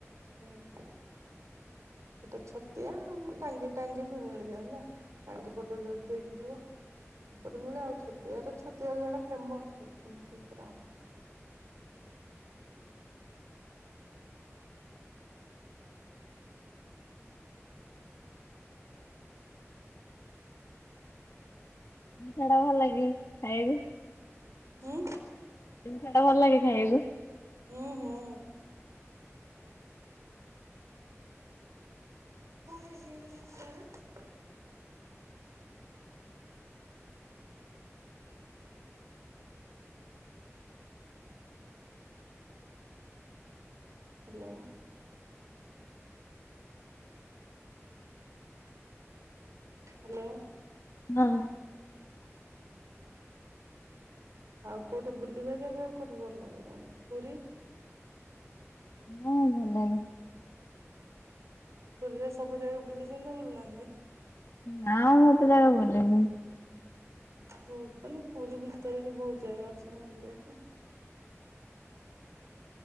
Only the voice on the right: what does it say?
ହୁଁ ସେଟା ଛତିଆ ଆଉ ଟାଙ୍ଗି ଟାଙ୍ଗି ବି ମିଳିଯାଏ ନା। ତାଙ୍କେ ପଟରେ ଯଦି ଦେଇକି ଯିବ ଏପଟେ ମିଳେ ଆଉ ଛତିଆରେ ଛତିଆ ଜଣେ ଫେମସ ଅଛନ୍ତି କାକେରା ଆଉ
ହୁଁ
ହୁଁ ହୁଁ। କଣ ହେଇଚି କିଲୋ ତାଙ୍କର? ହ୍ୟାଲୋ ହ୍ୟାଲୋ
ଆଉ କୋଉଠି ବୁଲିବା ଜାଗା କୋଉଠି ଭଲ ଲାଗେ ତମକୁ ପୁରୀ
ପୁରୀରେ ସବୁ ଜାଗା ବୁଲିଛନ୍ତି ନା ବୁଲିନାହାନ୍ତି?
ବହୁତ ମାନେ ପୁରୀ ଭିତରେ ବି ବହୁତ ଜାଗା ଅଛି ନା ବୁଲିବା ପାଇଁ।